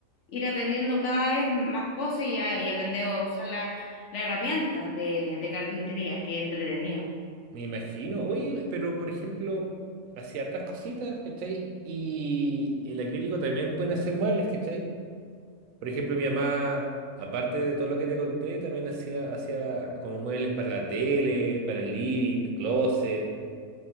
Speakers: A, on the left; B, on the right.
A: ir aprendiendo cada vez más cosas y, a- y aprender a usar la- las herramientas de, de carpintería, que es entretenido.
B: Me imagino. Oye, pero por ejemplo, hacía hartas cositas, ¿cachai? Y el acrílico también pueden hacer muebles, ¿cachai? Por ejemplo, mi mamá, aparte de todo lo que te conté, también hacía, hacía como muebles para la tele, para el living, closet.